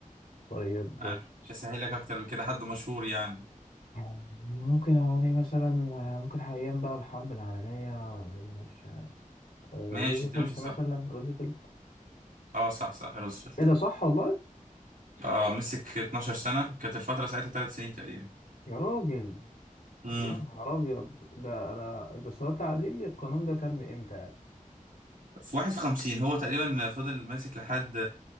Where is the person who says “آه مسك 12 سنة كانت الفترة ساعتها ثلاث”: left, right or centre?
Right